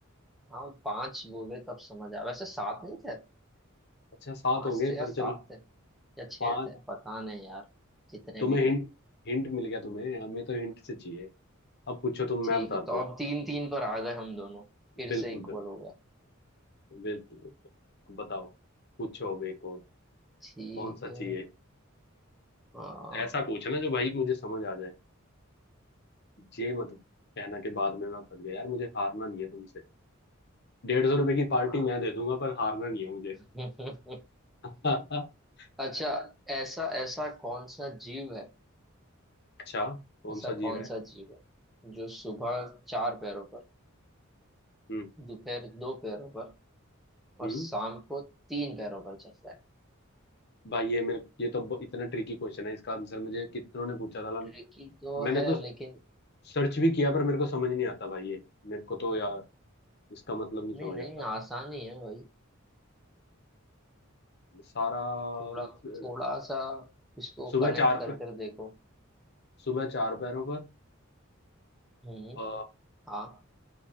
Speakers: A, in the centre; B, on the left.
A: हाँ पांच बोले तब समझ आया वैसे सात नहीं थे
B: अच्छा सात
A: पांच
B: हो गए
A: थे
B: पर
A: या सात
B: चलो
A: थे या छह
B: पांच
A: थे पता नहीं यार जितने
B: तुम्हें
A: भी हो
B: हिंट हिंट मिल गया तुम्हें हमें तो हिंट से चाहिए अब पूछो तुम
A: ठीक
B: मैं बताता
A: है तो
B: हूँ
A: अब तीन तीन पर आ गए हम दोनों फिर
B: बिल्कुल
A: से इक्वल
B: बिल्कुल
A: हो गया
B: बिल्कुल बिल्कुल अब बताओ पूछो अब एक और
A: ठीक
B: कौन सा
A: है
B: चाहिए
A: आ,
B: ऐसा पूछना जो भाई मुझे समझ आ जाए ये मत कहना के बाद में मैं फंस गया यार मुझे हारना नहीं है तुमसे डेढ़ सौ रुपए की पार्टी
A: आ,
B: मैं दे दूंगा पर हारना नहीं है मुझे
A: <laughs>
B: <laughs>
A: अच्छा ऐसा ऐसा कौन सा जीव है
B: अच्छा कौन
A: ऐसा
B: सा
A: कौन
B: जीव है
A: सा जीव है जो सुबह चार पैरों पर
B: हम्म
A: दोपहर दो पैरों पर
B: हम्म
A: और शाम को तीन पैरों पर चलता है
B: भाई ये मेरे ये तो ब- इतना ट्रिकी क्वेश्चन है इसका आंसर मुझे कितनों ने पूछा था ला-
A: ट्रिकी तो
B: मैंने
A: है
B: तो
A: लेकिन
B: सर्च भी किया पर मेरे को समझ नहीं आता भाई ये मेरे को तो यार इसका मतलब नहीं
A: नहीं
B: समझ
A: नहीं
B: आता
A: आसान ही है भाई
B: सारा
A: थोड़ा
B: आंसर-
A: थोड़ा सा इसको
B: सुबह
A: कनेक्ट
B: चार
A: कर
B: पे
A: कर देखो
B: सुबह चार पैरों पर
A: हम्म
B: अ,
A: हाँ